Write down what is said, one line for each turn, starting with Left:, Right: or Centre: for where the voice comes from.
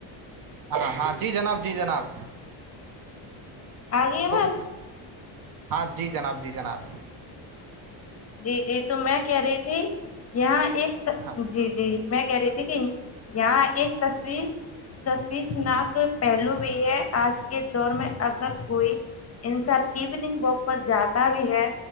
Right: ہاں ہاں جی جناب جی جناب
Left: آگےآواز
Right: تو ہاں جی جناب جی جناب
Left: جی جی تو میں کہہ رہی تھی یہاں ایک
Right: ہاں
Left: جی جی میں کہہ رہی تھی دیکھ یہاں ایک تصو تشویشناک پہلو بھی ہے آج کے دور میں اگر کوئی انسان ایوننگ واک پر جاتا بھی ہے